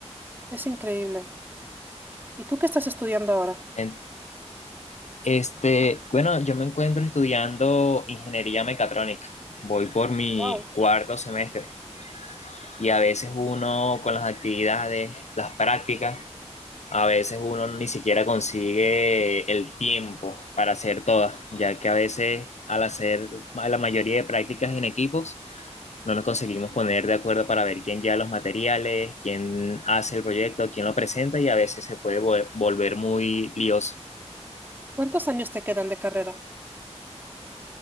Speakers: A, on the right; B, on the left.
A: Es increíble. ¿Y tú qué estás estudiando ahora?
B: En- Este, bueno, yo me encuentro estudiando ingeniería mecatrónica. Voy por mi
A: Wow.
B: cuarto semestre y a veces uno con las actividades, las prácticas, A veces uno ni siquiera consigue el tiempo para hacer todas, ya que a veces al hacer ma- la mayoría de prácticas en equipos, no nos conseguimos poner de acuerdo para ver quién lleva los materiales, quién hace el proyecto, quién lo presenta y a veces se puede vol- volver muy lioso.
A: ¿Cuántos años te quedan de carrera?